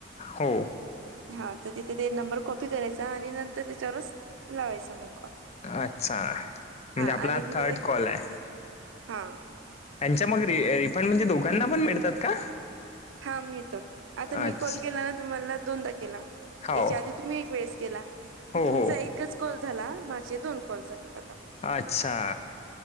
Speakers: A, on the left; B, on the right.
A: हो
B: हा तर तिथे ते नंबर कॉपी करायचा आणि नंतर त्याच्यावरच लावायचा मग कॉल.
A: अच्छा! म्हणजे
B: हा
A: आपला
B: आणि तिथं
A: थर्ड
B: ते
A: कॉल आहे.
B: हा
A: त्यांच्या मग रिफंड म्हणजे दोघांना पण मिळतात का?
B: हा मिळत आता मी
A: अच्छा
B: कॉल केला ना तुम्हाला दोनदा केला त्याच्या
A: हो
B: आधी तुम्ही एक वेळेस केला तर
A: हो
B: तुमचा
A: हो
B: एकच कॉल झाला. माझी दोन कॉल झालेत आता.
A: अच्छा